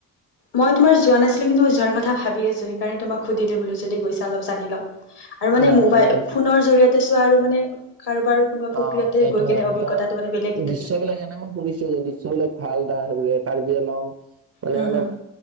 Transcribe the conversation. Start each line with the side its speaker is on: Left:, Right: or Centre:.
Left: মই তোমাৰ যোৱা নাছিলো কিন্তু, যোৱাৰ কথা ভাবি আছো। সেইকাৰণে তোমাক সুধিলো বোলো, যদি গৈছা অলপ জানি লওঁ। আৰু মানে
Right: নাই
Left: মোবাইল,
Right: মই
Left: ফোনৰ জৰিয়তে আৰু মানে কাৰোবাৰ কোনোবা প্ৰক্ৰিয়াতে
Right: অ' এইটো
Left: গৈ কেনে
Right: হয়,
Left: অভিজ্ঞতাটো
Right: তাৰ
Left: মানে বেলেগ এইটো
Right: দৃশ্যবিলাক
Left: এটা।
Right: এনে মই শুনিছো যে দৃশ্যবিলাক ভাল। তাৰ কাৰ্বি-আলং মানে
Left: হুম
Right: অলপ
Left: হুম।